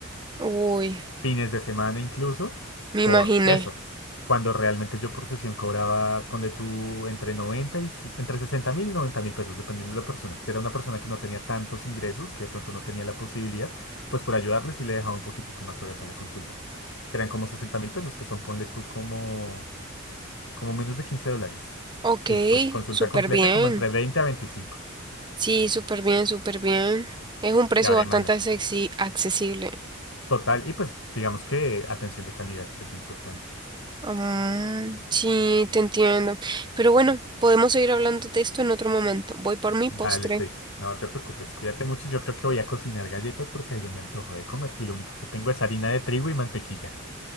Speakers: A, on the right; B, on the left.
A: Uy,
B: fines de semana incluso,
A: me
B: por
A: imaginé.
B: eso. Cuando realmente yo por sesión cobraba, ponle tú, entre noventa y ses- entre sesenta mil y noventa mil pesos, dependiendo de la persona. Si era una persona que no tenía tantos ingresos, que de pronto no tenía la posibilidad, pues por ayudarle sí le dejaba un poquitico más barata la consulta. Que eran como sesenta mil pesos, que son, ponle tú, como, como menos de 15 dólares.
A: Ok,
B: Y pues consulta
A: súper
B: completa
A: bien.
B: como entre veinte a veinticinco
A: Sí, súper bien, súper bien. Es un precio
B: Y ahora
A: bastante
B: imagínate.
A: accesi- accesible.
B: Total, y pues digamos que atención de calidad, que es lo importante.
A: Mm, sí, te entiendo. Pero bueno, podemos seguir hablando de esto en otro momento. Voy por mi
B: Dale,
A: postre.
B: Stacy. No te preocupes, cuídate mucho. Yo creo que voy a cocinar galletas porque alguien me antojó de comer y lo único que tengo es harina de trigo y mantequilla.